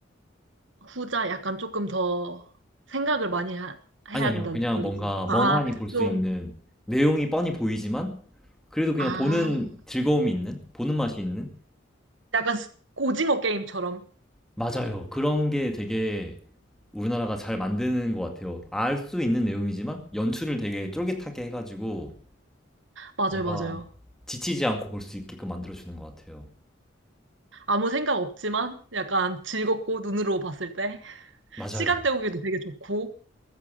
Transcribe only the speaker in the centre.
아니, 아니요.
그냥
뭔가 멍하니
볼 수
있는, 내용이 뻔히 보이지만, 그래도 그냥
보는 즐거움이 있는, 보는 맛이 있는?
맞아요. 그런 게 되게 우리나라가 잘 만드는 것 같아요. 알 수 있는 내용이지만, 연출을 되게 쫄깃하게 해가지고,
뭔가
지치지 않고 볼 수 있게끔 만들어주는 것 같아요.
맞아요.